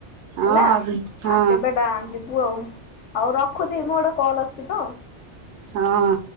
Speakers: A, on the right (about 75°); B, on the left (about 80°).
A: ହଁ
B: ହେଲା
A: ହଁ
B: ଆ କେବେ ଡା ଯିବୁ ଆଉ ଆଉ ରଖୁଛି ମୁଁ ଗୋଟେ କଲ ଆସୁଛି ତ।
A: ହଁ।